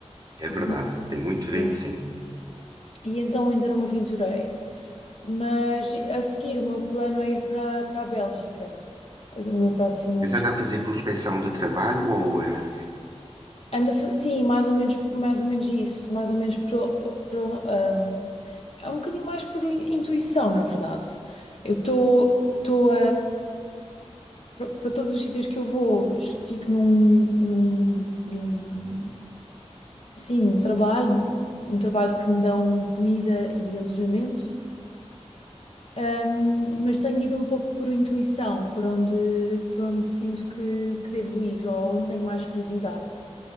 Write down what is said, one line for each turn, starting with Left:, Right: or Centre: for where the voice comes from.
Right: É verdade,
Left: e,
Right: tem muito vento,
Left: Sim.
Right: sim.
Left: e então ainda não me aventurei. Mas a seguir o meu plano é ir para para a Bélgica, o meu próximo
Right: Mas
Left: des-
Right: anda a fazer prospecção de trabalho ou, eh,
Left: Anda, fa- sim, mais ou menos, mais ou menos isso, mais ou menos pro, pro, ahm, é um bocadinho mais por in- intuição, na verdade. Eu estou estou para todos os sítios que eu vou, es- fico num, num, num Sim, um trabalho, um trabalho que me dão comida e alojamento, Ahm, mas tenho ido um pouco por intuição, por onde, por onde sinto que, que devo ir ou onde tenho mais curiosidade.